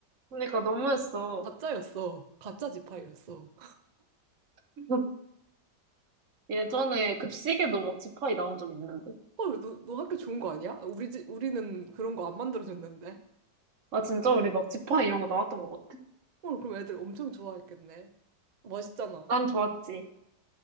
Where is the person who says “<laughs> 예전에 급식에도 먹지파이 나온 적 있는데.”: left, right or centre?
Right